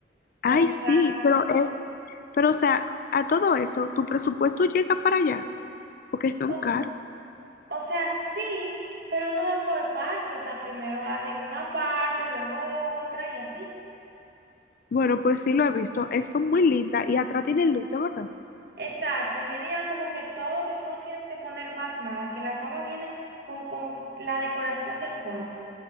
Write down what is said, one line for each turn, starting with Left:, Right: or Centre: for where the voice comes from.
Right: con
Left: Ay,
Right: el...
Left: sí,
Right: ga-
Left: pero es Pero, o sea, a todo esto, tu presupuesto llega para allá, porque son
Right: O, s-
Left: caros.
Right: o sea, sí, pero uno va por partes. O sea, primero arregla una parte, luego otra y así.
Left: Bueno, pues sí lo he visto, es- son muy lindas y atrás tiene luces, ¿verdad?
Right: Exacto, y viene ya como que todo, que tú no tienes que poner más nada, que la cama viene con como la decoración del cuarto.